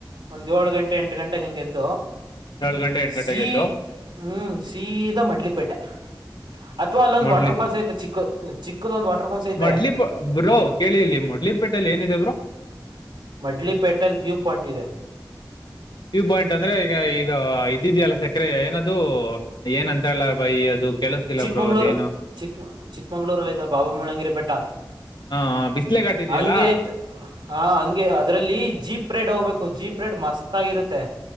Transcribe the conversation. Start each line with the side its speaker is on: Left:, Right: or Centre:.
Right: ಒಂದ್ ಏಳು ಗಂಟೆ ಎಂಟು ಗಂಟೆಗೆ ಇಂಗ್ ಎದ್ದು.
Left: ಏಳ್ ಗಂಟೆ ಎಂಟು ಗಂಟೆಗೆ
Right: ಸೀ
Left: ಎದ್ದು
Right: ಹ್ಮ್ ಸೀದಾ ಮಡ್ಲಿಪೇಟೆ. ಅಥವಾ ಅಲ್ಲೊಂದ್
Left: ಮೊಡ್ಲಿ
Right: ವಾಟರ್ ಫಾಲ್ಸ್ ಐತೆ ಚಿಕ್ಕ ಚಿಕ್ಕದೊ ಒಂದು ವಾಟರ್ ಫಾಲ್ಸ್ ಐತೆ.
Left: ಮೊಡ್ಲಿ ಬ್ರೋ ಕೇಳಿ ಇಲ್ಲಿ ಮುಡ್ಲಿಪೇಟೆಯಲ್ಲಿ ಏನಿದೆ ಬ್ರೋ.
Right: ಮಡ್ಲಿಪೇಟೆಲ್ ವ್ಯೂ ಪಾಯಿಂಟ್ ಇದೆ.
Left: ವ್ಯೂ ಪಾಯಿಂಟ್ ಅಂದ್ರೆ ಈಗ ಇದು ಇದಿದ್ಯಲ್ಲ ಸಕ್ಕರೆ ಏನದು ಏನಂತರಲ್ಲ ಬೈ ಅದು. ಕೇಳಿಸ್ತಿಲ್ಲ
Right: ಚಿಕ್ಕಮಂಗ್ಳೂರು
Left: ಬ್ರೋ ಅದೇನು
Right: ಚಿಕ್ ಚಿಕ್ಕಮಂಗ್ಳೂರಲ್ಲಿ ಐತ ಬಾಬಾ ಮುಳ್ಳಂಗಿರಿ ಬೆಟ್ಟ.
Left: ಹಾ ಬಿಸಲೆ ಗಾಟ್ಟಿದೆಯಲ್ಲಾ.
Right: ಹಂಗೆ ಐತ್ ಹಾ ಹಂಗೆ ಅದ್ರಲ್ಲಿ ಜೀಪ್ ರೇಟ್ ಹೋಗ್ಬೇಕು ಜೀಪ್ ರೇಟ್ ಮಸ್ತ್ ಆಗಿರುತ್ತೆ.